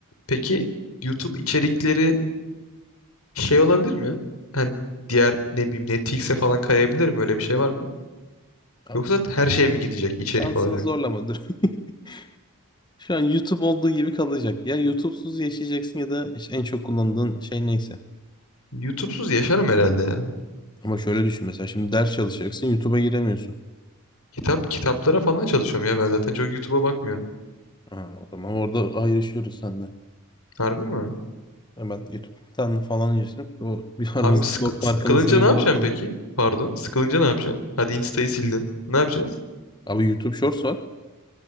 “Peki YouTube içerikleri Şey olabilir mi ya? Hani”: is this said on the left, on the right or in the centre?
Left